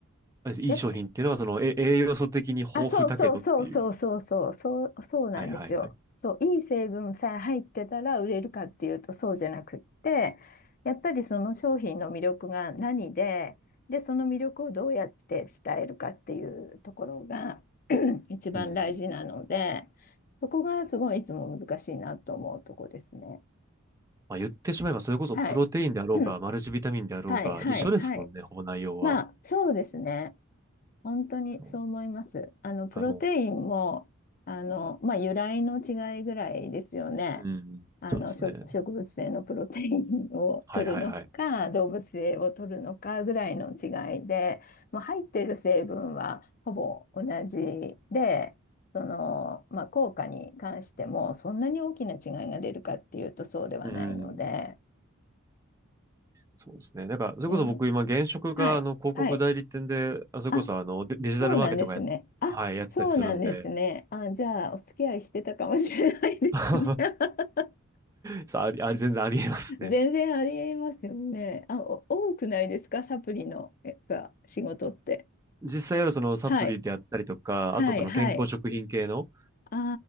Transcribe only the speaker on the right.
あ、いい商品っていうのは、
その、え栄養素的に豊富だけどっていう。
はいはいはい。
うん。
まあ、言ってしまえば、それこそプロテインであろうが、
マルチビタミンであろうが、
一緒ですもんね、
ほぼ内容は。
だ
からも
う、うん、
そうですね。
はいはいはい。
うん。そうですね。だから、それこそ僕今、
現職が、
あの、広告代理店で、
あ、それこそ、
あの、デ、デジタルマーケットがやっ、
はい、やってたりするんで、
<laughs>
さあ、あり、あり、全然ありえますね。
実際やるそのサプリであったりとか、
あとその健康食品系の、